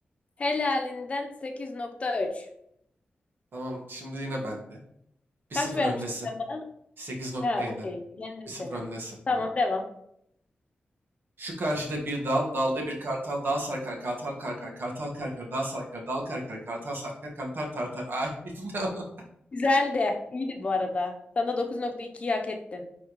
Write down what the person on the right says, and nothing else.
Tamam şimdi yine bende. bir
sıfır
öndesin.
8.7.
bir sıfır
öndesin.
Tamam.
Şu karşıda bir dal, dalda bir kartal, dal sarkar, kartal karkar, kartal karkar, dal sarkar, dal karkar, kartal sarkar, kantar tartar. Ay <laughs> ne Allah.